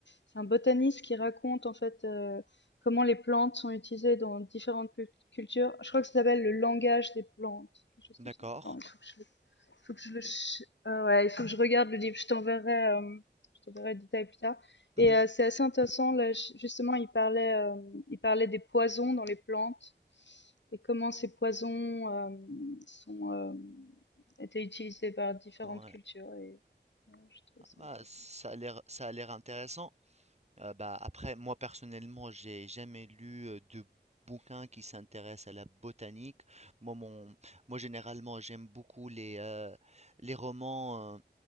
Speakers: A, on the left; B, on the right.
A: c'est un botaniste qui raconte en fait euh, comment les plantes sont utilisées dans différentes cul- cultures. Je crois que ça s'appelle le langage des plantes, quelque chose
B: D'accord.
A: comme ça. Attends, il faut que je le, il faut que je le, ch- euh, ouais, il faut que je regarde le livre. Je t'enverrai, euh, je t'enverrai le détail plus tard.
B: Mhm.
A: Et euh, c'est assez intéressant. Là, ju- justement, il parlait, euh, il parlait des poisons dans les plantes. Et comment ces poisons euh, sont euh, étaient utilisés par différentes
B: Ouais.
A: cultures et ouais, je trouve
B: Ah,
A: ça
B: bah,
A: intéressant.
B: ça a l'air, ça a l'air intéressant. Euh, bah, après, moi personnellement, j'ai jamais lu euh, de bouquins qui s'intéressent à la botanique. Moi, mon, moi généralement, j'aime beaucoup les, euh, les romans, euh,